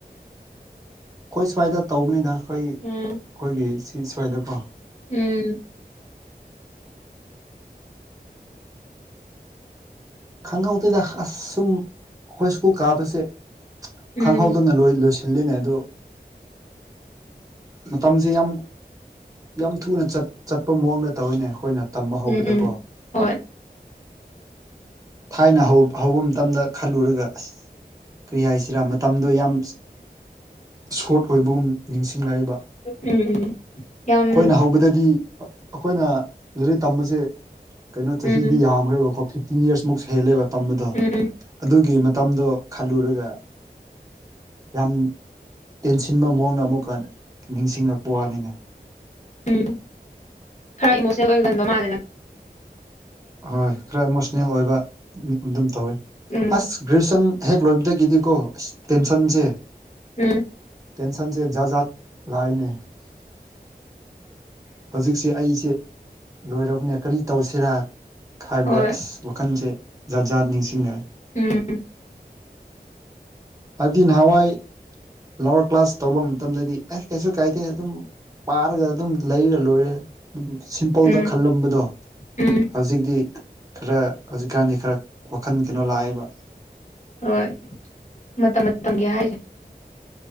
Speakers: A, on the right; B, on the left.
A: ꯈꯣꯏ ꯁ꯭ꯋꯥꯏꯗ ꯇꯧꯕꯅꯤꯗ ꯑꯩꯈꯣꯏ
B: ꯎꯝ
A: ꯑꯩꯈꯣꯏꯒꯤ ꯁꯤ ꯁ꯭ꯋꯥꯏꯗꯀꯣ
B: ꯎꯝ
A: ꯈꯪꯍꯧꯗꯦꯗ ꯑꯁ ꯁꯨꯝ ꯑꯈꯣꯏ ꯁ꯭ꯀꯨꯜ ꯀꯥꯕꯁꯦ
B: ꯎꯝ
A: ꯈꯪꯍꯧꯗꯅ ꯂꯣꯏ ꯂꯣꯏꯁꯤ ꯂꯤꯅꯦ ꯑꯗꯣ ꯃꯇꯝꯁꯦ ꯌꯥꯝ ꯌꯥꯝ ꯊꯨꯅ ꯆꯠ ꯆꯠꯄ ꯃꯑꯣꯡꯗ ꯇꯧꯋꯤꯅꯦ ꯑꯈꯣꯏꯅ ꯇꯝꯕ ꯍꯧꯕꯗꯀꯣ
B: ꯎꯝ ꯎꯝ ꯍꯣꯏ
A: ꯊꯥꯏꯅ ꯍꯧ ꯍꯧꯕ ꯃꯇꯝꯗ ꯈꯜꯂꯨꯔꯒ ꯑꯁ ꯀꯔꯤ ꯍꯥꯏꯁꯤꯔꯥ ꯃꯇꯝꯗꯣ ꯌꯥꯝ ꯁꯣꯔꯠ ꯑꯣꯏꯕꯒꯨꯝ ꯅꯤꯡꯁꯤ ꯂꯩꯕ
B: ꯎꯝ ꯎꯝ ꯌꯥꯝ
A: ꯈꯣꯏꯅ ꯍꯧꯕꯗꯗꯤ ꯑꯈꯣꯏꯅ ꯂꯤꯔꯤꯛ ꯇꯝꯕꯁꯦ ꯀꯩꯅꯣ ꯆꯍꯤꯗꯤ
B: ꯎꯝ ꯎꯝ
A: ꯌꯥꯝꯒ꯭ꯔꯦꯕꯀꯣ ꯐꯤꯞꯇꯤꯟ ꯌꯥꯔꯁꯃꯨꯛ ꯁꯦꯜꯂꯦꯕ ꯇꯝꯕꯗ
B: ꯎꯝ
A: ꯑꯗꯨꯒꯤ ꯃꯇꯝꯗꯣ ꯈꯜꯂꯨꯔꯒ ꯌꯥꯝ ꯇꯦꯟꯁꯤꯟꯕ ꯃꯑꯣꯡꯅ ꯑꯃꯨꯛꯀꯥ ꯍꯟꯅ ꯅꯤꯡꯁꯤꯡꯉꯛꯄ ꯋꯥꯅꯤꯅꯦ
B: ꯎꯝ ꯈꯔ ꯏꯃꯣꯁꯅꯦꯜ ꯑꯣꯏꯒꯟꯕ ꯃꯥꯜꯂꯦ ꯅꯪ
A: ꯍꯣꯏ ꯈꯔ ꯏꯃꯣꯁꯅꯦꯜ ꯑꯣꯏꯕ ꯑꯗꯨꯝ ꯇꯧꯋꯤ
B: ꯎꯝ
A: ꯑꯁ ꯒ꯭ꯔꯦꯖꯨꯌꯦꯁꯟ ꯍꯦꯛ ꯂꯣꯏꯕꯗꯒꯤꯗꯤꯀꯣ ꯑꯁ ꯇꯦꯟꯁꯟꯁꯦ
B: ꯎꯝ
A: ꯇꯦꯟꯁꯟꯁꯦ ꯖꯥꯠ ꯖꯥꯠ ꯂꯥꯛꯏꯅꯦ ꯍꯧꯖꯤꯛꯁꯦ ꯑꯩꯁꯦ ꯂꯣꯏꯔꯕꯅꯦ ꯀꯔꯤ ꯇꯧꯁꯤꯔꯥ ꯈꯥꯏꯕꯗ
B: ꯍꯣꯏ
A: ꯑꯁ ꯋꯥꯈꯟꯁꯦ ꯖꯥꯠ ꯖꯥꯠ ꯅꯤꯡꯁꯤꯡꯅꯦ
B: ꯎꯝ
A: ꯍꯥꯏꯕꯗꯤ ꯅꯍꯥꯋꯥꯏ ꯂꯋꯔ ꯀ꯭ꯂꯥꯁ ꯇꯧꯕ ꯃꯇꯝꯗꯗꯤ ꯑꯁ ꯀꯩꯁꯨ ꯀꯥꯏꯗꯦ ꯑꯗꯨꯝ ꯄꯥꯔꯒ ꯑꯗꯨꯝ ꯂꯩꯔꯒ ꯂꯣꯏꯔꯦ ꯁꯤꯝꯄꯜꯗ
B: ꯎꯝ
A: ꯈꯜꯂꯝꯕꯗꯣ
B: ꯎꯝ
A: ꯍꯧꯖꯤꯛꯇꯤ ꯈꯔ ꯍꯧꯖꯤꯛꯀꯥꯟꯗꯤ ꯈꯔ ꯋꯥꯈꯜ ꯀꯩꯅꯣ ꯂꯥꯛꯑꯦꯕ
B: ꯍꯣꯏ ꯃꯇꯝ ꯃꯇꯝꯒꯤ ꯍꯥꯏꯁꯦ